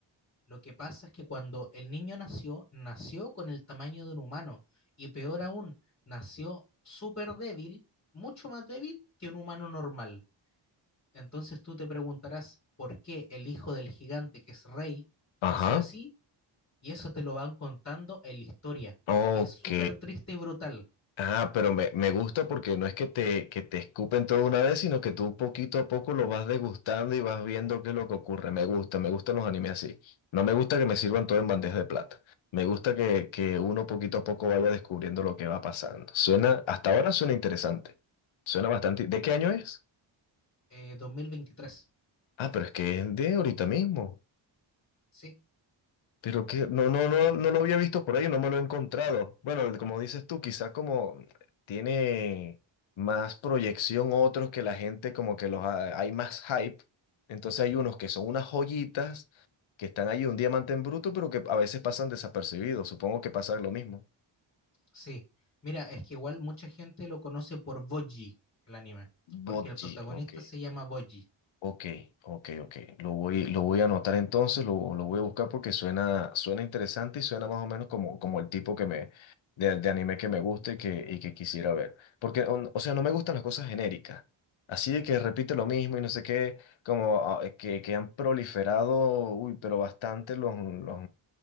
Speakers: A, on the left; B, on the left.
A: Lo que pasa es que cuando el niño nació, nació con el tamaño de un humano y peor aún, nació súper débil, mucho más débil que un humano normal. Entonces tú te preguntarás por qué el hijo del gigante que es rey
B: ajá,
A: nació así y eso te lo van contando en la historia.
B: ok.
A: Y es súper triste y brutal.
B: Ah, pero me, me gusta porque no es que te, que te escupen todo una vez, sino que tú poquito a poco lo vas degustando y vas viendo qué es lo que ocurre. Me gusta, me gustan los animes así. No me gusta que me sirvan todo en bandeja de plata. Me gusta que, que uno poquito a poco vaya descubriendo lo que va pasando. Suena, hasta ahora suena interesante. Suena bastante. ¿De qué año es?
A: Eh, 2023.
B: Ah, pero es que es de ahorita mismo.
A: Sí,
B: Pero que no, no, no, no lo había visto por ahí, no me lo he encontrado. Bueno, como dices tú, quizás como tiene más proyección otros que la gente, como que los ha- hay más hype. Entonces hay unos que son unas joyitas que están ahí un diamante en bruto, pero que a veces pasan desapercibidos. Supongo que pasa lo mismo.
A: sí. Mira, es que igual mucha gente lo conoce por Boji, el anime, porque
B: Botji,
A: el protagonista
B: ok.
A: se llama Boji,
B: Ok, ok, ok. Lo voy, lo voy a anotar entonces, lo, lo voy a buscar porque suena, suena interesante y suena más o menos como, como el tipo que me, de, de anime que me gusta y que, y que quisiera ver. Porque, o, o sea, no me gustan las cosas genéricas. Así de que repite lo mismo y no sé qué, como ah, que, que han proliferado, uy, pero bastante los, los,